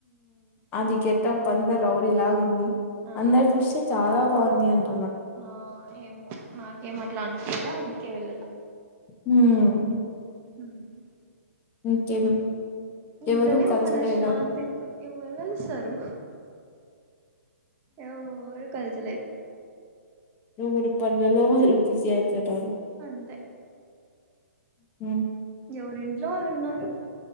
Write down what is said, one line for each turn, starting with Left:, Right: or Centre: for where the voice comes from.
Left: అది గెటప్ అంతా రౌడీ లాగా ఉంది
Right: ఆ
Left: అందరు చూస్తే చాలా బావుంది అంట
Right: ఆ ఏమో నాకేమ అట్లా అనిపియ్యల అందుకే వెళ్ళల
Left: హ్మ్మ్
Right: ఉమ్
Left: ఇంకేం
Right: ఇంట్లోనే
Left: ఎవరు కలసలేదా
Right: మన శాంతి ఎవరు కలుస్తారు ఎవ్వరూ కాల్చలేదు
Left: ఎవరి పనులల్లో వాళ్ళు బిజీ అయితున్నారు
Right: అంతే
Left: హుమ్
Right: ఎవరింట్లో వాళ్ళు ఉన్నారు